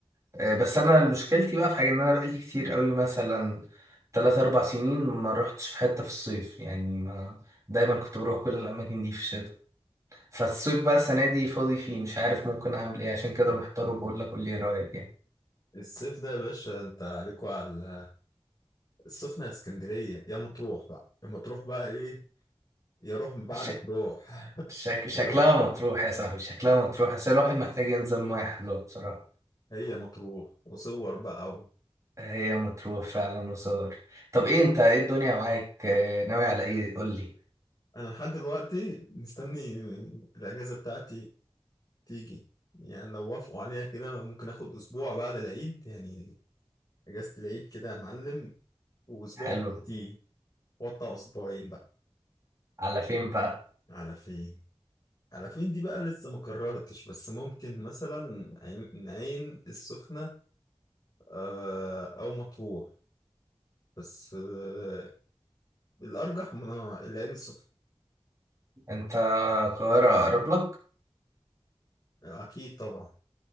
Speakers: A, on the right; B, on the left.
A: آه، بس انا مشكلتي بقى في حاجه ان انا بقالي كتير قوي مثلا تلات اربع سنين ما رحتش في حته في الصيف يعني ما دايما كنت بروح كل الاماكن دي في الشتاء فالصيف بقى السنه دي فاضي فيه مش عارف ممكن اعمل ايه عشان كده محتار وبقول لك قول لي إيه رايك يعني
B: الصيف ده يا باشا انت عليكوا على السخنة يا اسكندرية يا مطروح بقى يا مطروح بقى ايه يا روح من بعدك
A: شك...
B: روح
A: شك... شكلها
B: حلوة
A: مطروح يا صاحبي شكلها مطروح بس الواحد محتاج ينزل ميه حلوه بصراحه
B: هي مطروح وصور بقى و...
A: هي مطروح فعلا وصور طب ايه انت ايه الدنيا معاك آه، ناوي على ايه قول لي
B: انا لحد دلوقتي مستني الاجازة بتاعتي تيجي يعني لو وافقوا عليها كده ممكن اخد اسبوع بعد العيد يعني اجازة العيد كده يا معلم واسبوع
A: حلو
B: بعديه وطى اسبوعين بقى
A: على فين بقى
B: على فين على فين دي بقى لسه ما قررتش بس ممكن مثلا عين عين السخنة آه، او مطروح بس آه، الارجح من العين السخنة
A: انت القاهرة اقرب لك
B: اكيد طبعا